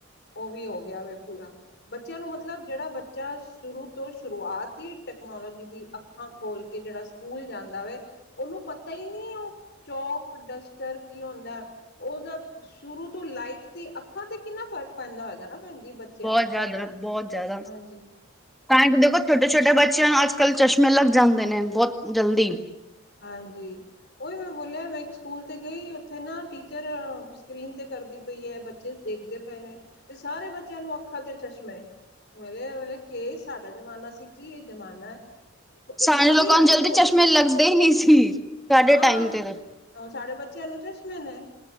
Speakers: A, on the left; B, in the centre.
A: ਓ ਵੀ ਹੋ ਗਯਾ ਵੇ ਪੂਰਾ। ਬੱਚੇਆਂ ਨੂੰ ਮਤਲਬ ਜੇੜਾ ਬੱਚਾ ਸ਼ੁਰੂ ਤੋਂ ਸ਼ੁਰੂਆਤ ਈ ਟੈਕਨੋਲੋਜੀ ਦੀ ਅੱਖਾਂ ਖੋਲ੍ਹ ਕੇ ਜੇੜਾ ਸਕੂਲ ਜਾਂਦਾ ਵੇ ਓਨੂੰ ਪਤਾ ਈ ਨਈ ਓ ਚੌਕ ਡਸਟਰ ਕੀ ਹੋਂਦੈ ਓਦਾ ਸ਼ੁਰੂ ਤੋਂ ਲਾਈਟ ਦੀ ਅੱਖਾਂ ਤੇ ਕਿੰਨਾ ਫ਼ਰਕ ਪੈਂਦਾ ਹੋਏਗਾ ਨਾ ਭੈਣ ਜੀ ਬਚ
B: ਬੋਤ ਜਾਦਾ, ਬੋਤ ਜਾਦਾ।
A: ਹਾਂਜੀ।
B: ਤਾਈਂ ਤੇ ਦੇਖੋ ਛੋਟੇ-ਛੋਟੇ ਬੱਚੇਆਂ ਨੂੰ ਅੱਜ-ਕੱਲ ਚਸ਼ਮੇ ਲੱਗ ਜਾਂਦੇ ਨੇ ਬੋਤ ਜਲਦੀ।
A: ਹਾਂਜੀ। ਓਈ ਮੈਂ ਬੋਲੇਆ ਮੈਂ ਇੱਕ ਸਕੂਲ ਤੇ ਗਈ ਓਥੇ ਨਾ ਟੀਚਰ ਸਕਰੀਨ ਤੇ ਕਰਦੀ ਪਈ ਐ ਬਚ ਚੇ ਦੇਖਦੇ ਪਏ ਨੇ ਤੇ ਸਾਰੇ ਬੱਚੇ ਆਂ ਨੂੰ ਅੱਖਾਂ ਤੇ ਚਸ਼ਮੇ <unintelligible> ਕੇ ਐ ਸਾਡਾ ਜ਼ਮਾਨਾ ਸੀ ਕੀ ਏ ਜ਼ਮਾਨਾ ਐ। ਅ
B: ਸਾਡੇ
A: ਈਜ਼ੀ
B: ਲੋਕਾਂ
A: ਲਾਈਫ
B: ਨੂੰ ਜਲਦੀ
A: ਹੋ
B: ਚਸ਼ਮੇ
A: ਗਈ ਏ
B: ਲੱਗਦੇ ਹੀ ਨਹੀਂ ਸੀ ਸਾਡੇ
A: ਹਾਂ।
B: ਟਾਈਮ ਤੇ ਤੇ
A: ਹੁਨ ਸਾਡੇ ਬੱਚੇਆਂ ਨੂੰ ਚਸ਼ਮੇ ਨੇ।